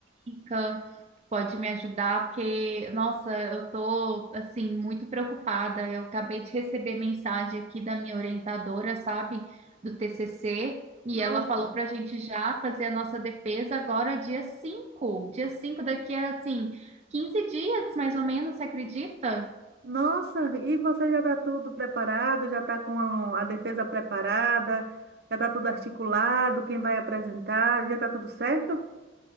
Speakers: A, on the right; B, on the right.
A: dica. pode me ajudar, porque, nossa, eu tô, assim, muito preocupada. Eu acabei de receber mensagem aqui da minha orientadora, sabe, do TCC, e
B: Nossa,
A: ela falou pra gente já fazer a nossa defesa agora dia cinco Dia cinco daqui a, assim, 15 dias, mais ou menos, você acredita?
B: nossa, e você já está tudo preparado? Já está com a, defesa preparada? Já está tudo articulado? Quem vai apresentar? Já está tudo certo?